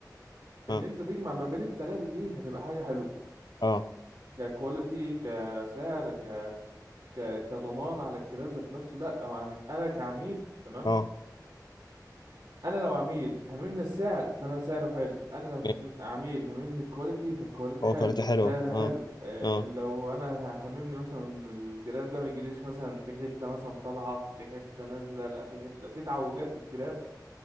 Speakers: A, on the left; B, on the right.
A: اه
B: ان انت تجمع ما بين التلاته دي هتبقى حاجه حلوه
A: اه
B: ككواليتي كسعر ك... ك كضمان على الجهاز ذات نفسه لا أو انا انا كعميل تمام
A: اه
B: انا لو عميل هممني السعر فانا سعره حلو انا لو هم-
A: ماشي.
B: عميل هممني الكواليتي فالكواليتي
A: هو
B: حلو
A: كواليتي
B: والسعر
A: حلوه
B: حلو
A: اه
B: آه،
A: اه
B: لو انا هممني مثلا الجراب ده ما يجيليش مثلا في حتة مثلا طالعة في حتة نازلة لا في حتة في تعوجات في الجراب